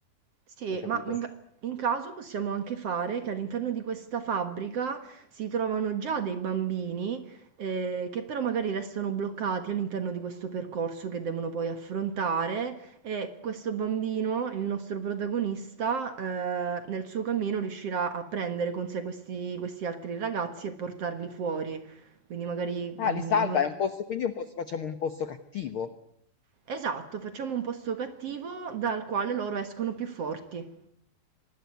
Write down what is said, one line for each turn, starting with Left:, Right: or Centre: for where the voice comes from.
Right: Sì,
Left: Hai capito?
Right: ma in, ca- in caso possiamo anche fare che all'interno di questa fabbrica si trovano già dei bambini eh, che però magari restano bloccati all'interno di questo percorso che devono poi affrontare e questo bambino, il nostro protagonista, eh, nel suo cammino riuscirà a prendere con sé questi, questi altri ragazzi e portarli fuori. Quindi magari...
Left: Ah,
Right: mm,
Left: li salva,
Right: no-
Left: è un posto, quindi è un posto, facciamo un posto cattivo.
Right: Esatto, facciamo un posto cattivo dal quale loro escono più forti.